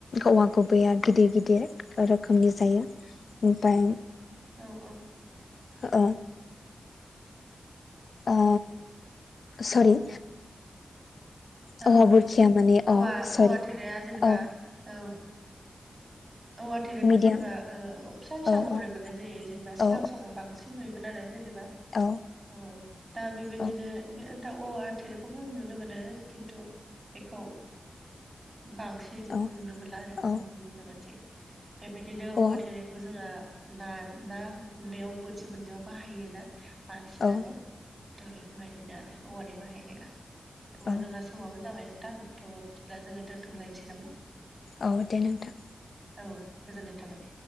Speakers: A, on the left; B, on the right.
A: औवा गुबैया गिदिर गिदिर रोखोमनि जायो ओमफाय
B: औ।
A: अ। ओ सरि
B: औ
A: औवा बुरखिया माने
B: ओवा
A: अ सरि
B: औवा थेरेया जेनेबा
A: औ
B: औ औवा थेरेखौ
A: मिडियाम
B: जेनेबा फिसा फिसा
A: औ
B: महरै
A: औ
B: मोननाय जायो जेनेबा सिगां
A: औ
B: समाव बांसिन नुयोमोन आरो जेनेबा।
A: औ।
B: औ दा बेबायदिनो
A: औ
B: बे दा औ थेरेखौबो नुनो मोनो किन्थु बेखौ बांसिन
A: औ
B: लुनो मोनला आरो
A: औ
B: खम लुनो मोनसै। बेबायदिनो औवा
A: औ
B: थेरेखौ जोङो ना ना मोननायाव बोरथि मोननायाव बाहायो ना? बांसिनानो
A: औ
B: था बेफोरबायदिनो आरो औवानि बाहायनाया थेवा
A: औ
B: जोंना समाबो जाबाय नोंथां थ' बिदिब्ला जोङो दोनथुमलायनोसै नामा?
A: औ दे नोंथां।
B: औ गोजोननाय थाबाय।